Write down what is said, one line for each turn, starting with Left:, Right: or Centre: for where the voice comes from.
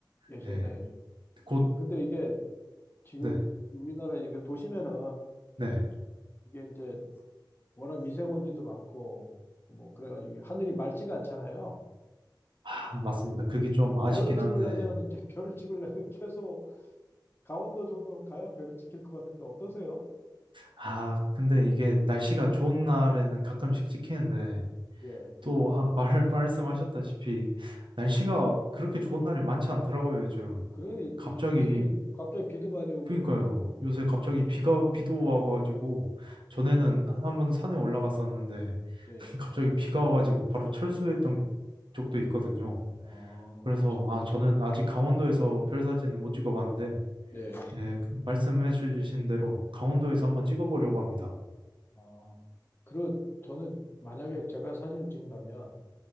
Left: 예술이다,
Right: 네,
Left: 예술.
Right: 곧,
Left: 근데 이게 지금
Right: 네,
Left: 우리나라 이게 도심에는
Right: 네.
Left: 이게 이제 워낙 미세먼지도 많고 뭐 그래가지고 하늘이 맑지가 않잖아요.
Right: 아, 맞습니다. 그게 좀 아쉽긴
Left: 별을 찍으려면
Right: 한데,
Left: 이제 <laughs> 별을 찍으려면 최소 강원도 정도로 가야 별이 찍힐 것 같은데 어떠세요?
Right: 아, 근데 이게 날씨가 좋은 날에는 가끔씩 찍히는데,
Left: 예.
Right: 또, 아, 말, <laughs> 말씀하셨다시피, 날씨가
Left: 예.
Right: 그렇게 좋은 날이 많지 않더라고요, 요즘.
Left: 그래
Right: 갑자기
Left: 요즘 특히 갑자기 비도 많이 오고
Right: 그러니까요.
Left: 그래가지고
Right: 요새 갑자기
Left: 예.
Right: 비가, 비도 와가지고, 전에는
Left: 예.
Right: 한 번 산에 올라갔었는데,
Left: 예.
Right: <laughs> 갑자기
Left: 예.
Right: 비가 와가지고 바로 철수했던
Left: 예.
Right: 적도 있거든요.
Left: 아,
Right: 그래서,
Left: 그러시구나.
Right: 아, 저는 아직
Left: 예.
Right: 강원도에서 별 사진은 못 찍어봤는데,
Left: 네.
Right: 예, 그 말씀해 주신 대로 강원도에서 한번 찍어보려고 합니다.
Left: 아, 그리고 저는 만약에 제가 사진을 찍는다면